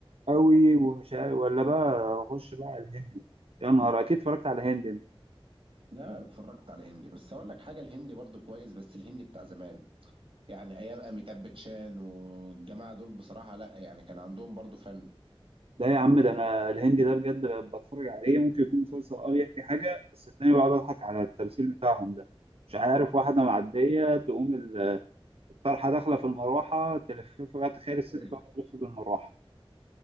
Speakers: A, on the right (about 80°); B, on the right (about 65°).
A: قوي ومش عارف ولا بقى أخش بقى على الهندي يا نهار أكيد اتفرجت على هندي أنت
B: لا اتفرجت على هندي بس اقول لك حاجه الهندي برضو كويس بس الهندي بتاع زمان يعني ايام اميتاب باتشان والجماعه دول بصراحه لا يعني كان عندهم برضو فن
A: ده يا عم ده أنا الهندي ده بجد ب- بتفرج عليه ممكن يكون مسلسل أه بيحكي حاجة بس التاني بقعد أضحك على التمثيل بتاعهم ده مش عارف واحدة معدية تقوم ال- الطرحة داخلة في المروحة تلففها بقى تخيل الست
B: <laughs>
A: بقى تلف بالمروحة